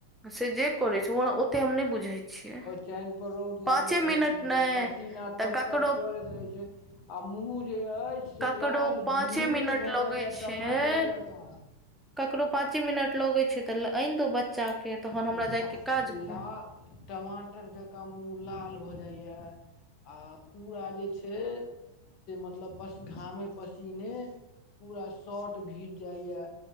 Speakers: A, in the centre; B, on the left (about 40°).
A: से जे करैछै ओ ओते हम नै बुझै छियै।
B: चैनपर रौद
A: पाँचे
B: लागैत रहै
A: मिनट
B: छै
A: नहि
B: पसीना
A: तऽ
B: टप
A: ककरो
B: टप चरैत रहै छै। आ मूँह जे अइछ से
A: ककरो
B: लाल
A: पाँचे
B: भीमीर
A: मिनट
B: भऽ
A: लगै
B: जाइया
A: छै
B: टमाटर जेंका।
A: ककरो पाँचे मिनट लगै छै तऽ एन दौ बच्चा केँ तहन
B: लाल
A: हमरा जायके काज कोन।
B: टमाटर जकाँ मूँह लाल भऽ जाइया आ पूरा जे छै। से मतलब पस घामे पसीने। पूरा शॉर्ट भीज जाइया